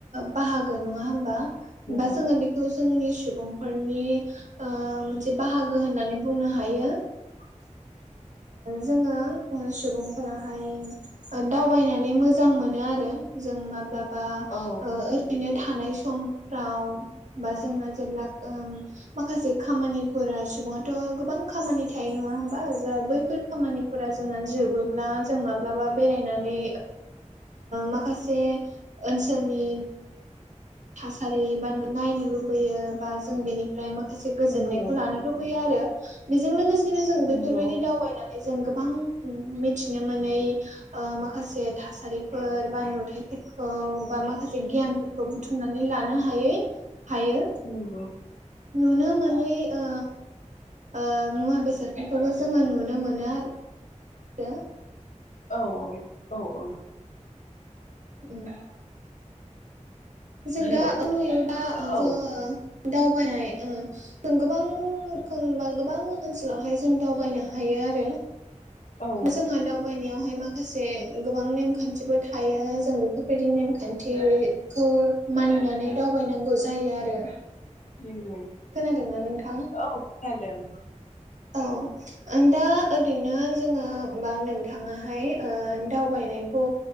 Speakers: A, on the right (about 70°); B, on the left (about 75°).
A: बाहागो नङा होमबा
B: नंगौ
A: बा जोङो बे खौ जोंनि सुबुंफोरनि मोनसे बाहागो होननानै बुंनो हायो।
B: ए।
A: जोङो सुबुंफोराहाय दावबायनानै मोजां मोनो आरो जों माब्लाबा
B: औ
A: ओ रैनो थानाय समफ्राव बा जोंना जेब्ला माखासे खामानिफोरा, सुबुङाथ' गोबां खामानि थायो‌ नङा होमबा जा बैफोर खामानिफोरा जोंना जोबोब्ला जों माब्लाबा बेरायनानै माखासे ओनसोलनि थासारि बा नायनो लुबैयो बा जों बेनिफ्राय माखासे गोजोननायखौ
B: नंगौ
A: लानो लुबैयो आरो बेजों लोगोसेनो जों बेफोरबायदि
B: नंगौ
A: दावबायनानै जों गोबां मिथिनो मोनै ओ माखासे थासारिफोर बा नुथायफोर खौ बा माखासे गियानफोरखौ बुथुमनानै लानो हायै हायो।
B: नंगौ
A: नुनो मोनै ओ ओ मुवा बेसादफोरखौबो जोङो नुनो मोनो आ रो।
B: औ औ औ औ।
A: <inaudible> जों
B: हेलौ
A: दा नुयोबा ओ
B: औ
A: जोङो दावबायानाय ओ जों गोबां रोखोम बा गोबां ओनसोलावहाय जों दावबायनो हायो आरो।
B: औ
A: जोंहा दावबायनायावहाय माखासे गोबां नेमखान्थिबो थायो। जों बेफोरबायदि नेमखान्थि खौ मानिनानै दावबायनांगौ जायो आरो।
B: नंगौ
A: खोनादोंना नोंथां
B: औ खोनादों।
A: औ। आं दा ओरैनो जोङो बा नोंथाङाहाय ओ दावबायनायखौ